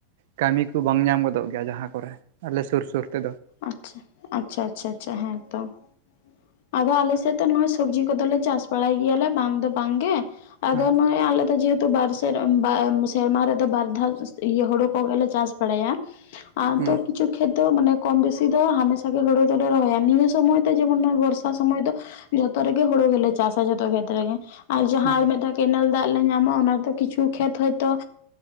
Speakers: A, on the right; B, on the left.
A: ᱠᱟᱹᱢᱤ ᱠᱚ ᱵᱟᱝ ᱧᱟᱢ ᱜᱚᱫᱚᱜ ᱜᱮᱭᱟ ᱡᱟᱦᱟᱸ ᱠᱚᱨᱮ ᱟᱞᱮ ᱥᱩᱨ ᱥᱩᱨ ᱛᱮᱫᱚ ᱾
B: ᱟᱪᱪᱷᱟ ᱟᱪᱪᱷᱟ ᱟᱪᱪᱷᱟ ᱟᱪᱪᱷᱟ ᱦᱮᱸ ᱛᱚ ᱾ ᱟᱫᱚ ᱟᱞᱮ ᱥᱮᱫ ᱫᱚ ᱱᱚᱜ-ᱚᱭ ᱥᱚᱵᱽᱡᱤ ᱠᱚᱫᱚ ᱞᱮ ᱪᱟᱥ ᱵᱟᱲᱟᱭ ᱜᱮᱭᱟᱞᱮ ᱵᱟᱝ ᱫᱚ ᱵᱟᱝ ᱜᱮ ᱾ ᱟᱫᱚ
A: ᱦᱮᱸ
B: ᱱᱚᱜᱼᱚᱭ ᱟᱞᱮ ᱫᱚ ᱡᱮᱦᱮ ᱛᱚ ᱵᱟᱨ ᱥᱮᱨ <unintelligible> ᱥᱮᱨᱢᱟ ᱨᱮᱫᱚ ᱵᱟᱨ ᱫᱷᱟᱣ ᱦᱩᱲᱩ ᱠᱚ ᱜᱮᱞᱮ ᱪᱟᱥ ᱵᱟᱲᱟᱭᱟ ᱾ ᱟᱨ ᱱᱤᱛᱚᱜ
A: ᱦᱩᱸ
B: ᱠᱪᱩ ᱠᱷᱮᱛ ᱫᱚ ᱢᱟᱱᱮ ᱠᱚᱢ ᱵᱮᱥᱤ ᱫᱚ ᱦᱟᱢᱮᱥᱟ ᱜᱮ ᱦᱩᱲᱩ ᱫᱚᱞᱮ ᱨᱚᱦᱚᱭᱟ, ᱱᱤᱭᱟᱹ ᱥᱚᱢᱚᱭ ᱫᱚ ᱡᱮᱢᱚᱱ ᱱᱚᱭ ᱵᱚᱨᱥ ᱥᱟ ᱥᱚᱢᱚᱭ ᱫᱚ ᱡᱚᱛᱚ ᱨᱮᱜᱮ ᱦᱩᱲᱩ ᱜᱮᱞᱮ ᱪᱟᱥᱟ ᱡᱷᱚᱛᱚ ᱠᱷᱮᱛ ᱨᱮᱜᱮ ᱾ ᱟᱨ ᱡᱟᱦᱟᱸ
A: ᱦᱩᱸ
B: ᱟᱨ ᱢᱮᱫ ᱫᱷᱟᱣ ᱠᱮᱱᱮᱞ ᱫᱟᱜ ᱞᱮ ᱧᱟᱢᱟ ᱚᱱᱟ ᱨᱮᱫᱚ ᱠᱤᱪᱷᱩ ᱠᱷᱮᱛ ᱦᱚᱭᱛᱚ